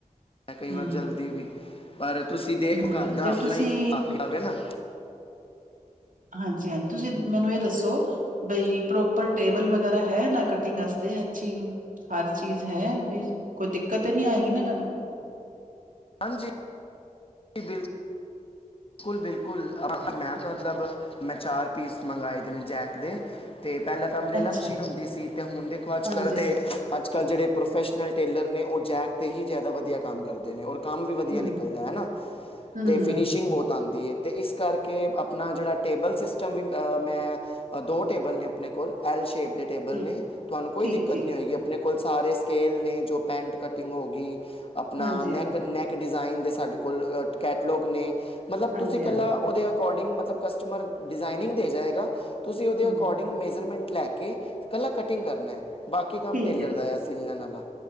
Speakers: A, on the left; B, on the right.
A: ਕਈ ਵਾਰ
B: ਹੂੰ
A: ਜਲਦੀ ਵੀ। ਪਰ ਤੁਸੀਂ ਦੇਖ
B: ਹੂੰ
A: ਘਰ ਦਾ
B: ਤੇ
A: ਆਪਣਾ
B: ਤੁਸੀਂ
A: ਹੀ ਹਿਸਾਬ ਕਿਤਾਬ ਨਾ।
B: ਹਾਂਜੀ- ਹਾਂਜੀ ਤੁਸੀਂ ਮੈਨੂੰ ਇਹ ਦੱਸੋ, ਬਈ ਪ੍ਰੋਪਰ ਟੇਬਲ ਵਗੈਰਾ ਹੈ ਨਾ ਕਟਿੰਗ ਵਾਸਤੇ ਅੱਛੀ ਹਰ ਚੀਜ਼ ਹੈ ਕੋਈ ਦਿੱਕਤ ਨੀ ਆਏਗੀ ਨਾ ਮੈਨੂੰ।
A: ਹਾਂਜੀ। ਬਿਲਕੁ, ਬਿਲਕੁਲ- ਬਿਲਕੁਲ, ਮੈਮ ਮਤਲਬ ਮੈਂ ਚਾਰ ਪੀਸ ਮੰਗਵਾਏ ਦੇ ਨੇ ਜੈਕ ਦੇ ਅਤੇ ਪਹਿਲਾਂ ਤਾਂ ਅੰਬਰੇਲਾ
B: ਅੱਛਾ
A: ਮਸ਼ੀਨ ਹੁੰਦੀ ਸੀ ਅਤੇ ਹੁਣ ਦੇਖੋ ਅੱਜ
B: ਹਾਂਜੀ
A: ਕੱਲ੍ਹ ਤਾਂ ਅੱਜ ਕੱਲ੍ਹ ਜਿਹੜੇ ਪ੍ਰੋਫੈਸ਼ਨਲ ਟੇਲਰ ਨੇ ਉਹ ਜੈਕ 'ਤੇ ਹੀ ਜ਼ਿਆਦਾ ਵਧੀਆ ਕੰਮ ਕਰਦੇ ਨੇ। ਕੰਮ ਵੀ ਵਧੀਆ
B: ਹੂੰ
A: ਨਿਕਲਦਾ ਹੈਨਾ।
B: ਹੂੰ-ਹੂੰ,
A: ਅਤੇ ਫਿਨਿਸ਼ਿੰਗ ਬਹੁਤ ਆਉਂਦੀ ਹੈ ਅਤੇ ਇਸ ਕਰਕੇ ਆਪਣਾ ਜਿਹੜਾ ਟੇਬਲ ਸਿਸਟਮ ਵੀ ਮੈਂ ਦੋ ਟੇਬਲ ਨੇ ਆਪਣੇ ਕੋਲ ਐਲ ਸ਼ੇਪ ਦੇ ਟੇਬਲ
B: ਠੀਕ,
A: ਨੇ ਤੁਹਾਨੂੰ ਕੋਈ
B: ਠੀਕ-ਠੀਕ,
A: ਦਿੱਕਤ ਨੀ ਹੋਏਗੀ ਆਪਣੇ ਕੋਲ ਕੋਲ ਸਾਰੇ ਸਕੇਲ ਨੇ ਜੋ ਪੈਂਟ ਕਟਿੰਗ ਹੋ ਗਈ। ਆਪਣਾ
B: ਹਾਂਜੀ-ਹਾਂਜੀ,
A: ਨੈਕ- ਨੈਕ ਡਿਜ਼ਾਇਨ ਦੇ ਸਾਡੇ ਕੋਲ ਕੈਟਲੋਗ ਨੇ। ਮਤਲਬ
B: ਹਾਂਜੀ-ਹਾਂਜੀ,
A: ਤੁਸੀਂ ਇਕੱਲਾ ਉਹਦੇ ਅਕੋਰਡਿੰਗ ਮਤਲਬ ਕਸਟਮਰ ਡਿਜ਼ਾਇਨਿੰਗ ਦੇ ਜਾਏਗਾ। ਤੁਸੀਂ ਉਹਦੇ
B: ਹੂੰ,
A: ਅਕੋਰਡਿੰਗ ਮੇਜਰਮੈਂਟ ਲੈ ਕੇ ਇਕੱਲਾ ਕਟਿੰਗ ਕਰਨਾ ਐ। ਬਾਕੀ ਕੰਮ
B: ਠੀਕ
A: ਟੇਲਰ
B: ਐ ਜੀ,
A: ਦਾ ਆ ਸੀਲਣ ਆਲਾ।